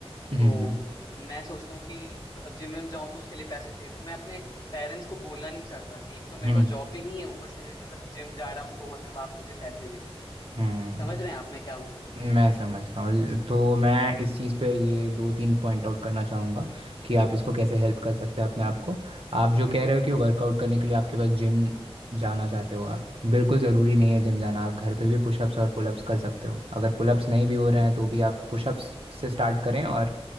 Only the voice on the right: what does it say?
हम्म
हम्म
हम्म
हम्म।
मैं समझ रहा हूँ तो मैं इस चीज़ पे ये दो तीन पॉइंट आउट करना चाहूँगा कि आप इसको कैसे हेल्प कर सकते हैं अपने आप को आप जो कह रहे हो कि वर्कआउट करने के लिए आपके पास जिम जाना चाहते हो आप बिल्कुल ज़रूरी नहीं है जिम जाना आप घर पे भी पुशअप्स और पुलअप्स कर सकते हो अगर पुलअप्स नहीं भी हो रहे हैं तो भी आप पुशअप्स से स्टार्ट करें और